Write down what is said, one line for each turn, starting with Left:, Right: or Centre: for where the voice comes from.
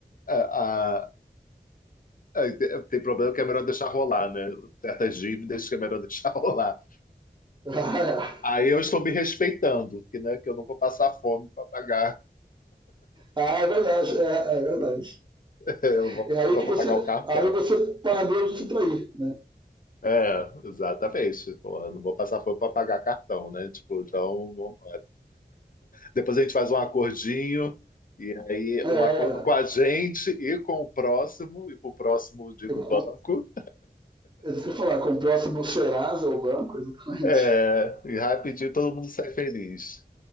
Left: a- a- a- tem problema que é melhor deixar rolar, né? Certas dívidas que é melhor <laughs> deixar rolar.
Right: <laughs> Ah, é.
Left: Aí eu estou me respeitando, que, né, que eu não vou passar fome para pagar,
Right: Ah, é verdade, é, é verdade.
Left: <laughs> eu não vou
Right: É
Left: passar
Right: aí
Left: fome
Right: que
Left: para
Right: você,
Left: pagar o cartão.
Right: aí você parou de se trair, né?
Left: É, exatamente. Porra, eu não vou passar fome para pagar cartão, né? Tipo, então, vamos Depois a gente faz um acordinho, e aí
Right: É,
Left: um acordo com a gente e com o próximo, e com o próximo, digo,
Right: eu,
Left: banco.
Right: eu sei falar, comprou essa no Serasa ou banco, exatamente.
Left: É, e rapidinho todo mundo sai feliz,